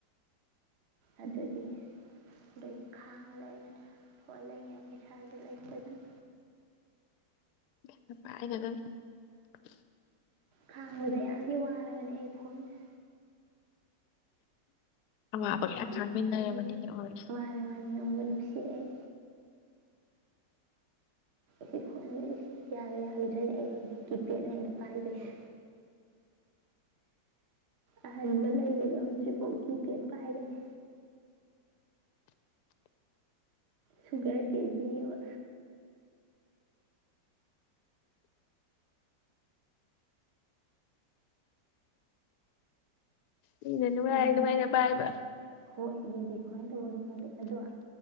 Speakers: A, on the right; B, on the left.
A: ꯑꯗꯨꯗꯤ ꯑꯗꯩ ꯈꯥꯡꯉ ꯂꯩꯕꯅꯤ ꯐꯣꯟ ꯂꯩꯅꯉꯥꯏ ꯄꯩꯁꯥ ꯂꯩꯇꯗꯅ
B: <unintelligible>
A: ꯈꯥꯡꯕꯗ ꯌꯥꯝꯗꯤ ꯋꯥꯔꯕꯅꯦ ꯑꯩ ꯐꯣꯟꯁꯦ
B: ꯑꯋꯥꯕ ꯀꯌꯥ
A: ꯋꯥꯕ
B: ꯈꯥꯃꯤꯟꯅꯔꯕꯅꯤꯅꯦ
A: ꯍꯥꯏꯕꯨ
B: ꯑꯣꯏꯁꯦ
A: ꯃꯥꯅꯦ ꯃꯥꯅꯦ ꯅꯨꯡꯕꯨ ꯅꯨꯡꯁꯤ ꯑꯩ ꯁꯤ ꯐꯣꯟꯖꯦ ꯌꯥꯒ ꯌꯥꯒꯤꯗ꯭ꯔꯗꯤ ꯑꯩ ꯍꯧꯖꯤꯛ ꯀꯤꯄꯦꯗꯅꯦ ꯑꯩꯅ ꯄꯥꯏꯗꯣꯏꯖ ꯑꯍꯟꯕ ꯂꯩꯕ ꯉꯝꯗ꯭ꯔꯤꯕꯣꯎ ꯀꯤꯄꯦꯗ ꯄꯥꯏꯒꯅꯤ ꯁꯨꯒꯔ ꯗꯦꯗꯤ ꯑꯕ
B: ꯃꯤꯅ ꯅꯨꯡꯉꯥꯏ
A: ꯑꯃ
B: ꯅꯨꯡꯉꯥꯏꯅ ꯄꯥꯏꯕ
A: ꯍꯣꯏ ꯃꯤꯗꯤ ꯀꯃꯥꯏ ꯇꯧꯕꯅꯣ ꯈꯪꯗꯦ ꯑꯗꯣ